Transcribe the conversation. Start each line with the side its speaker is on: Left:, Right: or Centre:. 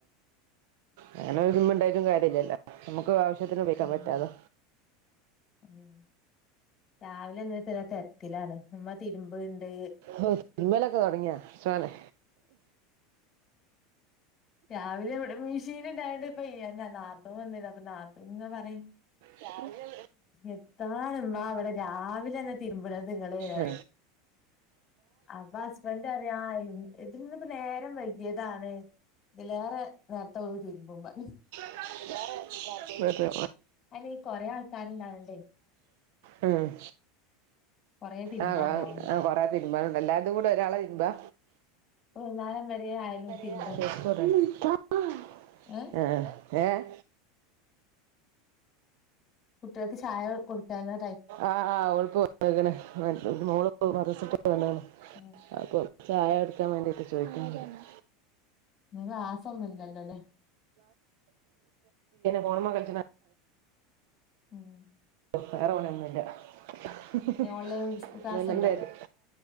Right: അങ്ങനെ ഒരുമ ഉണ്ടായിട്ടും കാര്യല്ല്യല്ലോ നമ്മുക്ക് ആവശ്യത്തിന് ഉപയോഗിക്കാൻ
Left: ഉം
Right: പറ്റാതെ
Left: ഉം രാവിലെ എന്താച്ചാല് തെരക്കിലാണ് ഇമ്മ തിരുമ്പ് ഇണ്ട്
Right: ഓ തിരുമ്മലൊക്കെ തുടങ്ങിയ സോനെ
Left: രാവിലെ ഇവ്ടെ മിഷീൻ ഉണ്ടാവണ്ട് ഇപ്പ ഇങ്ങന നാ ഇപ്പ വന്നില്ലാതു നാത്തുന്ന പറയും
Right: രാവിലെ
Left: എത്താണ് ഇമ്മാ ഇവിടെ രാവിലെ തന്നെ തിരുമ്പണത് ഇങ്ങള് അറിയും
Right: ആ.
Left: അപ്പൊ ഹസ്ബൻ്റ് അറിയും ആ ഇത് ഇന്ന്പ്പ നേരം വൈകിയതാണ് ഇതിലേറെ നേരത്തെ പോയി തീരുമ്പും പറിം
Right: <inaudible> നേരത്തേ
Left: അയിന് ഈ കൊറേ ആൾക്കാരുണ്ടായോണ്ടേ
Right: ഉം
Left: കൊറേ തിരുമ്പാണ്ടാവും
Right: ആവും ആവും ആഹ് കൊറേ തിര് മ്പാനുണ്ട് എല്ലാര്തും കൂടെ ഒരാളാ തിര്മ്പാ
Left: വൈകുനേരം വരെ ആയാലും തിരുമ്പ
Right: <inaudible>
Left: ഏഹ്
Right: അ ഏഹ്
Left: കുട്ടികൾക്ക് ചായ അവർക്ക് കൊടുത്താരുന്ന
Right: ആഹ് ആ ഓൾക്ക് കൊട്ത്ത്ക്ക്ണ് മോൾപ്പ മദ്രസ വിട്ട് വന്ന്ക്ക്ണ്
Left: ഉം
Right: അപ്പൊ ചായ കൊടുക്കാൻ വേണ്ടിട്ട് ചോദിക്ക <inaudible>
Left: ഇന്ന് ക്ലാസ്സൊന്നും ഇല്ലല്ലോല്ലേ
Right: ഫോണ് മേ കളിച്ച്ണ
Left: ഉം
Right: വേറെ പണി ഒന്നുല്ല <unintelligible>
Left: ഇനി ഓൺലൈൻ ക്ലാസ്
Right: നന്നണ്ടത്
Left: ഉണ്ടോ